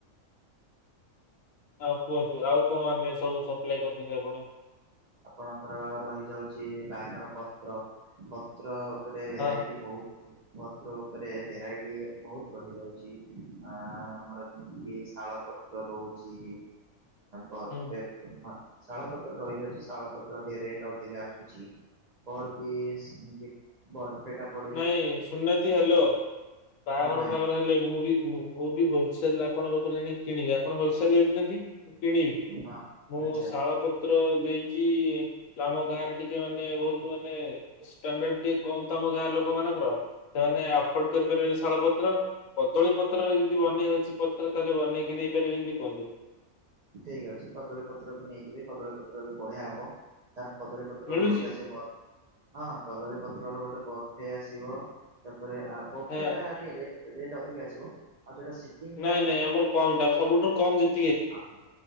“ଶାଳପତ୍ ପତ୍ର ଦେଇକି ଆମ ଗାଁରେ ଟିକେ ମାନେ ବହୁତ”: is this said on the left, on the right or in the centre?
Left